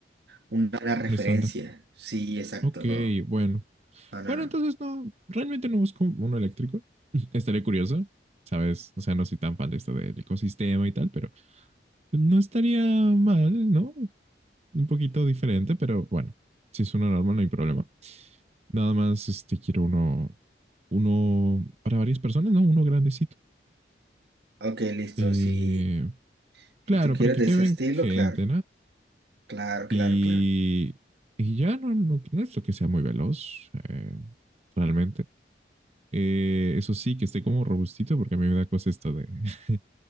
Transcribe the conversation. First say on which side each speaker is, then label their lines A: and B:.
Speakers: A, on the right; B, on the right.
A: una, buena referencia.
B: un estándar.
A: Sí, exacto,
B: Ok,
A: no.
B: bueno.
A: No, no,
B: Bueno,
A: no.
B: entonces no, realmente no busco uno eléctrico. <laughs> Estaré curioso, ¿sabes? O sea, no soy tan fan de esto del ecosistema y tal, pero no estaría mal, ¿no? Un poquito diferente, pero bueno, si es uno normal no hay problema. Nada más, este, quiero uno, uno para varias personas, ¿no? Uno grandecito.
A: Ok, listo.
B: Eh,
A: Si, si
B: claro,
A: tú quieres
B: para que
A: de
B: queden
A: ese estilo,
B: gente,
A: claro,
B: ¿no?
A: claro, claro,
B: Y,
A: claro.
B: y ya no, no, no es lo que sea muy veloz, eh, realmente. Eh, eso sí, que esté como robustito, porque a mí me da cosa esto de, <laughs>